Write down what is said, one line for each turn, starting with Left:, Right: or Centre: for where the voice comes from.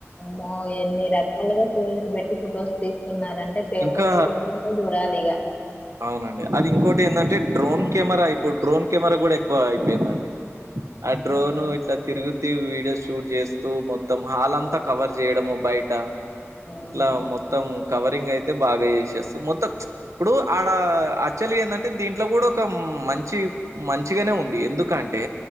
Left: ఆమో ఎన్ని రకాలుగా ఫోజూలు పెట్టి ఫొటోస్ తీసు తీసుకుంటునారాంటే
Right: ఇంకా
Left: ఒక్కొక్క ఒక ఫోన్లో జూడాలి ఇగ
Right: అవునండి అది ఇంకోటేదంటే డ్రోన్ కెమెరా ఇప్పుడు డ్రోన్ కెమెరా గూడ ఎక్కువ అయిపోయిందండి ఆ డ్రోను ఇట్లా తిరుగుత్ తి వీడియో షూట్ జేస్తూ మొత్తం హాల్ అంతా కవర్ జేయడము బయట
Left: హ్మ్
Right: ఇట్లా మొత్తం కవరింగ్ అయితే బాగా జేస్తే మొత్తం మ్చ్ ఇప్పుడు ఆడ యాక్చువల్ గా ఏంటంటే దీంట్లో గూడ ఒక మంచి మంచిగానే ఉంది ఎందుక్ కంటే